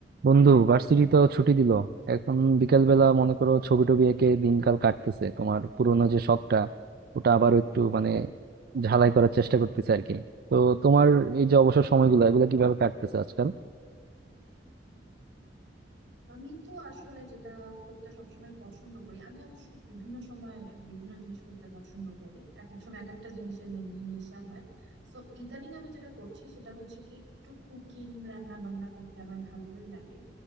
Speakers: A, on the right (about 55°); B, on the right (about 85°).
A: বন্ধু ভার্সিটি তো ছুটি দিল এখন বিকেল বেলা মনে করো ছবি টবি এঁকে দিনকাল কাটতেছে তোমার পুরোনো যে শখটা ওটা আবার একটু মানে ঝালাই করার চেষ্টা করতেছে আর কি তো তোমার এই যে অবসর সময়গুলো এগুলো কিভাবে কাটতেছে আজকাল
B: আমি তো আসলে যেটা করতে সবসময় পছন্দ করি আমি অবশ্য বিভিন্ন সময় বিভিন্ন জিনিস করতে পছন্দ করি এক এক সময় এক একটা জিনিসের মেনলি নেশা হয় তো ইদানিং আমি যেটা করছি সেটা হচ্ছে কি একটু কুকিং রান্না বান্না করতে আমার ভালোই লাগে